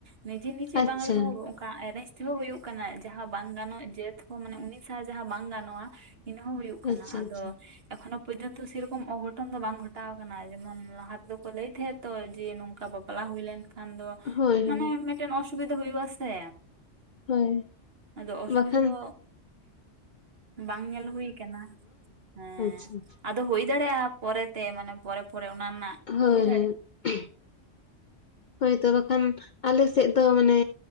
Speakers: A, on the right (about 55°); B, on the left (about 60°).
A: ᱱᱤᱡᱮ ᱱᱤᱡᱮ
B: ᱟᱪᱪᱷᱟ
A: ᱵᱟᱝ ᱨᱮᱦᱚᱸ ᱚᱱᱠᱟ ᱮᱨᱮᱡ ᱛᱮᱦᱚᱸ ᱦᱩᱭᱩᱜᱳᱜ ᱠᱟᱱᱟ ᱡᱟᱦᱟᱸ ᱵᱟᱝ ᱜᱟᱱᱚᱜ ᱡᱟᱹᱛ ᱦᱚᱸ ᱢᱟᱱᱮ ᱩᱱᱤ ᱥᱟᱶ ᱡᱟᱦᱟᱸ ᱵᱟᱝ ᱜᱟᱱᱚᱜᱼᱟ ᱤᱱᱟᱹ ᱦᱚᱸ ᱦᱩᱭᱩᱜ ᱠᱟᱱᱟ
B: ᱟᱪᱪᱷᱟ
A: ᱟᱫᱚ
B: ᱟᱪᱪᱷᱟ
A: ᱮᱠᱷᱚᱱᱚ ᱯᱚᱨᱡᱚᱱᱛᱚ ᱥᱮᱨᱚᱠᱚᱢ ᱚᱜᱷᱚᱴᱚᱱ ᱫᱚ ᱵᱟᱝ ᱜᱷᱚᱴᱟᱣ ᱟᱠᱟᱱᱟ ᱡᱮᱢᱚᱱ ᱞᱟ ᱦᱟ ᱛᱮᱫᱚᱠᱚ ᱞᱟᱹᱭ ᱛᱟᱦᱮᱸᱜ ᱛᱚ ᱡᱮ ᱱᱚᱝᱠᱟ ᱵᱟᱯᱞᱟ ᱦᱩᱭ ᱞᱮᱱᱠᱷᱟᱱ ᱫᱚ
B: ᱦᱳᱭ ᱦᱳᱭ
A: ᱢᱟᱱᱮ ᱢᱮᱫ ᱴᱮᱱ ᱚᱥᱩᱵᱤᱫᱷᱟ ᱦᱩᱭᱩᱜ ᱟᱥᱮ,
B: ᱦᱳᱭ
A: ᱟᱫᱚ ᱚᱥᱩᱵᱤᱫᱷᱟ
B: ᱵᱟᱠᱷᱟᱱ
A: ᱫᱚ, ᱵᱟᱝ ᱧᱮᱞ ᱦᱩᱭ ᱠᱟᱱᱟ ᱦᱮᱸ
B: ᱟᱪᱪᱷᱟ ᱟᱪᱪᱷᱟ
A: ᱟᱫᱚ ᱦᱩᱭ ᱫᱟᱲᱮᱭᱟᱜᱼᱟ ᱯᱚᱨᱮ ᱛᱮ ᱢᱟᱱᱮ ᱯᱚᱨᱮ ᱯᱚᱨᱮ ᱚᱱᱟ ᱨᱮᱱᱟᱜ
B: ᱦᱳᱭ
A: ᱦᱩᱭ ᱫᱟᱲᱮᱭᱟᱜᱼᱟ
B: ᱦᱳᱭ ᱦᱳᱭ ᱛᱚ ᱵᱟᱠᱷᱟᱱ ᱟᱞᱮ ᱥᱮᱫ ᱫᱚ ᱢᱟᱱᱮ